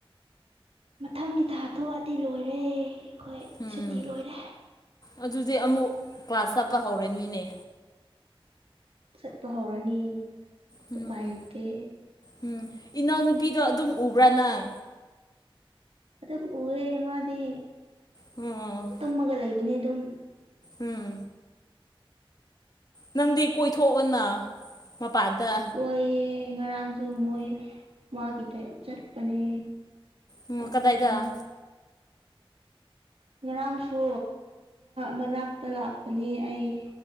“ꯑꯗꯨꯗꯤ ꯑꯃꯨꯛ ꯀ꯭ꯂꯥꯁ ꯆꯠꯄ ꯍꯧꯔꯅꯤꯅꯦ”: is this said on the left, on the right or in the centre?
Left